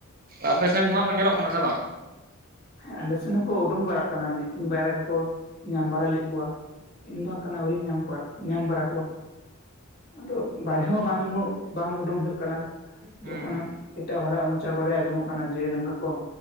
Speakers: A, on the right (about 45°); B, on the left (about 45°).
A: ᱟᱯᱮ ᱥᱮᱱ ᱫᱚᱦᱟᱸᱜ ᱠᱚ ᱧᱮᱞᱚᱜ ᱠᱟᱱᱟ ᱥᱮ ᱵᱟᱝ?
B: ᱦᱮᱸ ᱟᱞᱮ ᱥᱮᱱ ᱦᱚᱸᱠᱚ ᱩᱰᱩᱠ ᱵᱟᱲᱟᱜ ᱠᱟᱱᱟ ᱢᱤᱫᱴᱤᱱ ᱵᱟᱨᱭᱟ ᱠᱚᱠᱚ ᱧᱟᱢ ᱵᱟᱲᱟ ᱞᱮᱫ ᱠᱚᱣᱟ ᱾ ᱤᱧ ᱫᱚ ᱦᱟᱸᱜ ᱠᱷᱟᱱ ᱟᱹᱣᱨᱤᱧ ᱧᱟᱢ ᱠᱚᱣᱟ, ᱧᱟᱢ ᱵᱟᱲᱟ ᱠᱚᱣᱟ ᱾ ᱟᱫᱚ ᱵᱟᱨᱦᱮ ᱦᱚᱸ ᱵᱟᱝ ᱩᱱᱟᱹᱜ, ᱵᱟᱝ ᱩᱰᱩᱠ ᱦᱩᱭᱩᱜ ᱠᱟᱱᱟ
A: ᱦᱩᱸ
B: ᱡᱚᱠᱷᱚᱱ ᱮᱴᱟᱜ ᱦᱚᱲᱟᱜ ᱢᱚᱪᱟ ᱠᱚᱨᱮ ᱟᱸᱡᱚᱢᱚᱜ ᱠᱟᱱᱟ ᱡᱮ, ᱱᱚᱝᱠᱟ ᱠᱚ